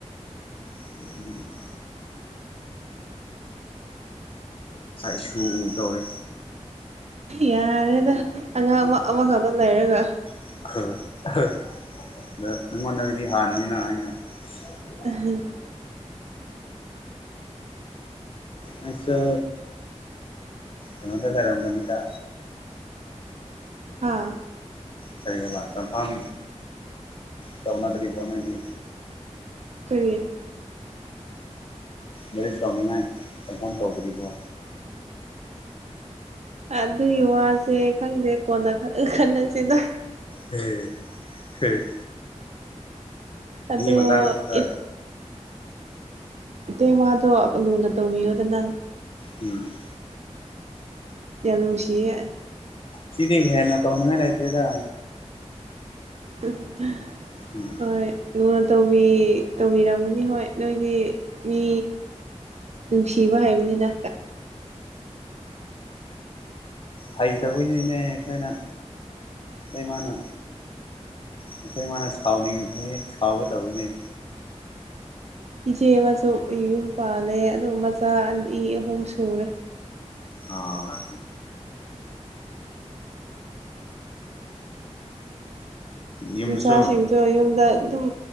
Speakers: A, on the left; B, on the right.
A: <unintelligible> ꯏꯆꯥꯛ ꯏꯁꯨ ꯎꯗꯧꯔꯦ
B: ꯌꯥꯔꯦꯗ ꯑꯉꯥꯡ ꯑꯃ ꯑꯃꯈꯛꯇ ꯂꯩꯔꯒ
A: <unintelligible>
B: <unintelligible>
A: ꯑꯩꯁꯨ ꯀꯩꯅꯣꯗ ꯂꯩꯔꯝꯕꯅꯤꯗ
B: ꯍꯥꯥ
A: ꯀꯔꯤ ꯍꯥꯏꯕ ꯀꯟꯐꯥꯝ ꯇꯧꯅꯗꯔꯕ ꯣ ꯅ ꯦꯏꯗꯤ
B: ꯀꯔꯤ
A: ꯃꯦꯔꯦꯖ ꯇꯧꯅꯤꯉꯥꯏ ꯀꯟꯐꯥꯝ ꯇꯧꯗ꯭ꯔꯤꯕꯣ
B: ꯑꯗꯨꯒꯤ ꯋꯥꯁꯦ ꯈꯪꯗꯦ ꯀꯣꯟꯅ ꯈꯁꯤꯗ
A: ꯑꯦ ꯍꯝ
B: ꯑꯗ
A: ꯃꯇꯥꯡꯗꯨꯒ
B: ꯏ ꯏꯇꯩ ꯃꯥꯗ ꯣ ꯂꯨꯅ ꯇꯧꯕꯤ ꯑꯣꯗ ꯅ
A: ꯎꯝ
B: ꯌꯥꯝ ꯅꯨꯡꯁꯤꯌꯦ
A: ꯁꯤꯗꯤ ꯍꯦꯟꯅ ꯇꯧꯅꯤꯡꯉ ꯂꯩꯥꯏꯇꯦꯗ
B: ꯎ
A: ꯎꯝ
B: ꯍꯣꯏ ꯂꯨꯅ ꯇꯧꯕꯤ ꯇꯧꯕꯤꯔꯝꯒꯅꯤ ꯍꯣꯏ ꯅꯣꯏꯗꯤ ꯃꯤ ꯅꯨꯡꯁꯤꯕ ꯍꯩꯕꯅꯤꯅ
A: ꯍꯩꯇꯕꯣꯏꯅꯤꯅꯦ ꯑꯩꯈ ꯣꯏꯅ ꯑꯩꯃꯥꯅ ꯅꯇꯩ ꯃꯥꯅ ꯁꯥꯎꯅꯤꯡ ꯍꯦꯛ ꯁꯥꯎꯋꯦ ꯇꯧꯋꯔꯤꯅꯦ
B: ꯏꯆꯦ ꯑꯃꯁꯨ ꯌꯨꯝ ꯄꯥꯜꯂꯦ ꯑꯗꯨ ꯃꯆꯥ ꯑꯅꯤ ꯑꯍꯨꯝ ꯁꯨꯔꯦ
A: ꯑ ꯌꯨꯝꯗꯁꯨ
B: ꯃꯆꯥꯁꯤꯡꯗꯣ ꯌꯨꯝꯗ ꯑꯗꯨꯝ